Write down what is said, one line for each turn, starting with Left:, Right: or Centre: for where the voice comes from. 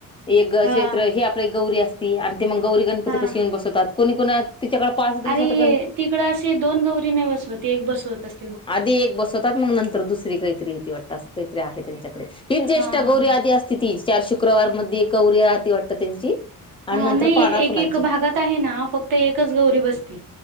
Left: एक
Right: हा
Left: चेत्र हे आपल्या एक गौरी असते. आणि ते मग गौरी गणपती
Right: हा.
Left: पाशी येऊन बसवतात कोणी कोुत तिच्याकडे पाच- दिवसात
Right: आणि
Left: गण
Right: तिकडं असे दोन गौरी नाही बसवते एक बसवत अस-
Left: आधी एक बसवतात मग नंतर दुसरी काहीतरी ती वाटतं असं काहीतरी आहे त्यांच्याकडे- हीच
Right: हा
Left: ज्येष्ठ
Right: हा
Left: गौरी
Right: हा
Left: आदी असती ती चार शुक्रवार मध्ये एक गौरी राह ती वाटत त्यांची. आणि
Right: ह
Left: नंतर
Right: नाही
Left: पाना
Right: एक
Left: फुलांची
Right: एक भागात आहे ना फक्त एकच गौरी बसतील.